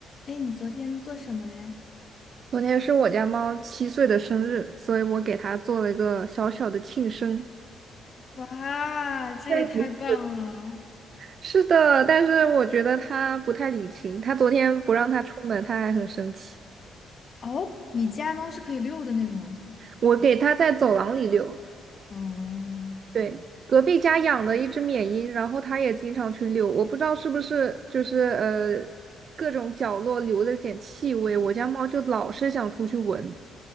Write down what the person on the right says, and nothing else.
昨天是我家猫七岁的生日，所以我给它做了一个小小的庆生。
那你是的，但是我觉得它不太领情。它昨天不让它出门，它还很生气。
我给它在走廊里遛，
对，隔壁家养了一只缅因，然后它也经常去遛。我不知道是不是就是呃各种角落留着点气味，我家猫就老是想出去闻。